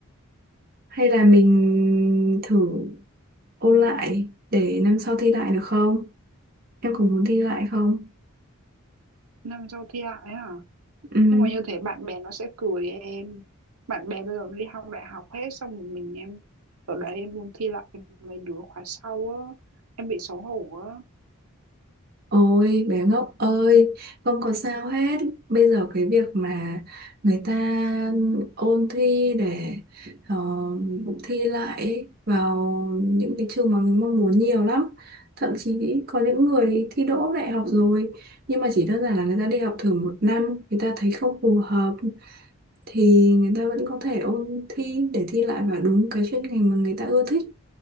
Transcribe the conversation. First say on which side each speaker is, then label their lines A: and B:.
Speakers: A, on the right; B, on the right.
A: hay là mình thử ôn lại để năm sau thi lại được không? Em có muốn thi lại không?
B: Nam châu thi lại ấy hả?
A: Ừ.
B: Nhưng mà như thế bạn bè nó sẽ cười em. Bạn bè bây giờ nó đi học đại học hết xong rồi mình em ở đấy em muốn thi lại mấy đứa khóa sau á, em bị xấu hổ á.
A: Ôi bé ngốc ơi, không có sao hết. Bây giờ cái việc mà người ta ôn thi để ờ, thi lại ấy, vào những cái trường mà mình mong muốn nhiều lắm. Thậm chí có những người thi đỗ đại học rồi nhưng mà chỉ đơn giản là người ta đi học thử một năm người ta thấy không phù hợp thì người ta vẫn có thể ôn thi để thi lại vào đúng cái chuyên ngành mà người ta ưa thích